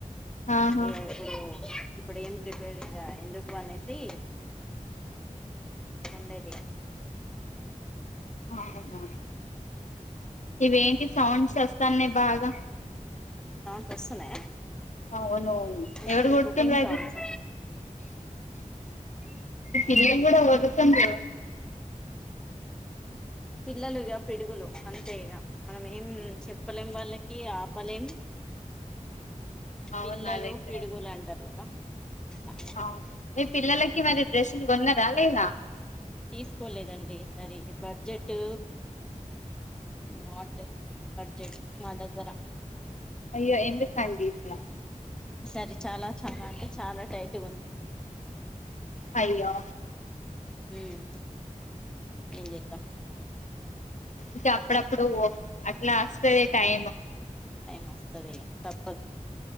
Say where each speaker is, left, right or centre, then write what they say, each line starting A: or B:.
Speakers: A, on the left; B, in the centre.
A: ఆహా
B: ఇగా ఇప్పుడు ఇప్పుడు ఏం ప్రిపేర్ చేయ ఎందుకు అనేసి ఉండేది
A: అవునా ఇవేంటి సౌండ్స్ చస్తాన్నే బాగా
B: సౌండ్స్ వస్తున్నాయా
A: అవును
B: కుకింగ్,
A: ఎవరు కొడుతుండ్రు
B: కుకింగ్ సౌండ్స్
A: ఎ అ <unintelligible> కూడా <unintelligible>
B: పిల్లలు ఇగ పిడుగులు అంతే ఇగ మనం ఏం చెప్పలేం వాళ్ళకి ఆపలేం
A: అవునా
B: పిల్లలు
A: అదైతే
B: పిడుగులు అంటారు కదా అట్లా
A: అవును మీ పిల్లలకి మరి డ్రెస్సులు కొన్నారా లేదా
B: తీసుకోలేదండి ఈ సరి బడ్జెటు నా బడ్జెట్ మా దగ్గర
A: అయ్యో ఎందుకండి ఇట్లా
B: ఈ సరి చాలా చాలా అంటే చాలా టైట్ ఉంది
A: అయ్యో
B: ఉమ్ ఏం చెతా
A: ఇకా అప్పుడప్పుడు అట్లా <unintelligible> టైమ్
B: టైమ్ వస్తది ఇగ తప్పదు